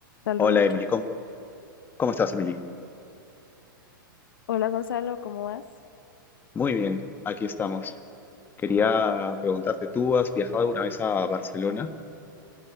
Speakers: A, on the left; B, on the left.
A: Saludo
B: Hola Emily,
A: yo.
B: ¿cómo, cómo estás Emily?
A: Hola Gonzalo, ¿cómo vas?
B: Muy bien, aquí estamos. Quería preguntarte, ¿tú has viajado alguna vez a Barcelona?